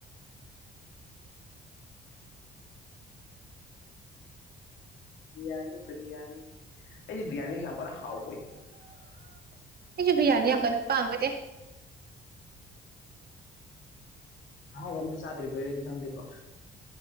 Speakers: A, on the left; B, on the right.
A: ꯕꯤꯔꯌꯥꯅꯤ ꯕꯤꯔꯌꯥꯅꯤ ꯑꯩꯗꯤ ꯕꯤꯔꯌꯥꯅꯤ ꯌꯥꯝ ꯀꯟꯅ ꯍꯥꯎꯕ ꯑꯣꯏꯗꯤꯌꯦ
B: ꯑꯩꯁꯨ ꯕꯤꯌꯥꯅꯤ ꯌꯥꯝ ꯀꯟꯅ ꯄꯥꯝꯕꯗꯤ
A: ꯍꯥꯎ ꯍꯝꯗꯤ ꯆꯥꯗ꯭ꯔꯤꯕ ꯐꯔꯗꯤ ꯈꯪꯗꯦꯀꯣ